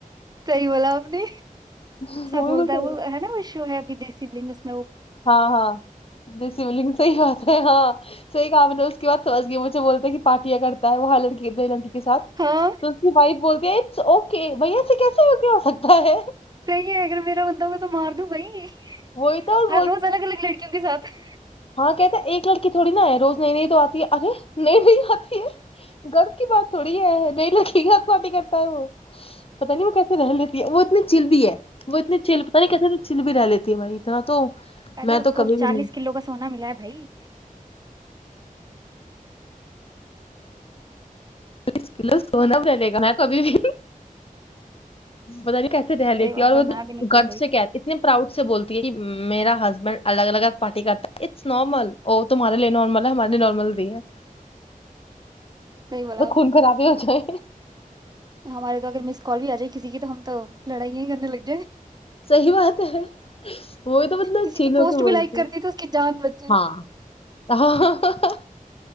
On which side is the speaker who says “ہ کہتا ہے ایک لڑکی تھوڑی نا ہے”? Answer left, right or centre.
Left